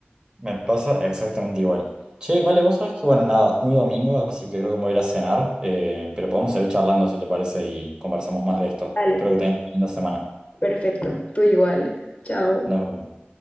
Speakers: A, on the right; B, on the left.
A: Me pasa exactamente igual. Che, vale, vos sabés que, bueno, nada, es muy domingo, así que creo que me voy a ir a cenar, eh, pero podemos seguir charlando si te parece y conversamos más de esto.
B: Vale.
A: Espero que tengas una linda semana.
B: Perfecto. Tú igual. Chao.
A: Nos vemos.